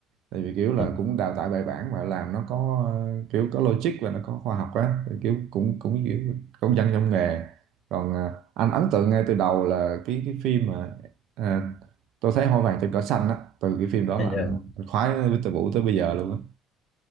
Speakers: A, on the right; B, on the left.
A: tại vì kiểu là
B: Dạ,
A: cũng đào tạo bài bản và làm nó có ờ, kiểu có logic và nó có khoa học á thì kiểu cũng cũng kiểu công dân trong nghề còn à, anh ấn tượng ngay từ đầu là cái cái phim mà à, tôi thấy hoa vàng trên cỏ xanh á từ cái phim đó
B: Bây
A: là anh,
B: giờ
A: anh khoái Victor Vũ tới bây giờ luôn á